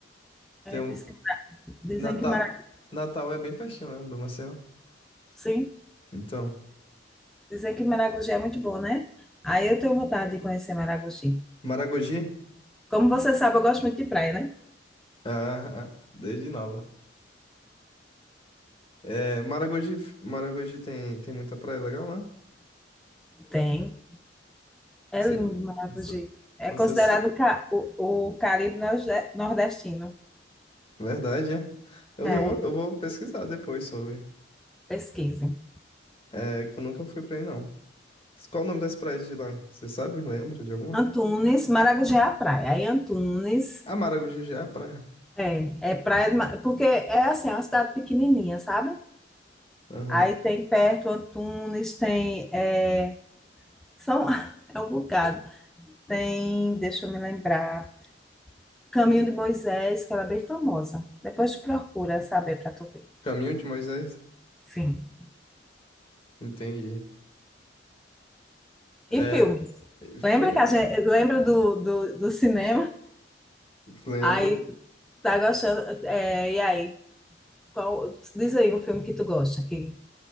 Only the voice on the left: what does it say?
Tem um...
Natal...
Natal é bem pertinho, né, do Maceió.
Então,
Maragogi?
Ah, <laughs> ah, desde nova. É, Maragogi, Maragogi tem, tem muita praia legal
Você,
você,
vocês-
verdade, é? Eu
não, eu eu vou pesquisar depois sobre.
É que eu nunca fui pra aí, não. Qual o nome das praias de lá? Você sabe? Lembra de alguma?
Ah, Maragogi é a praia.
Aham.
Caminho de Moisés?
Entendi. É,
filme?
Lembro.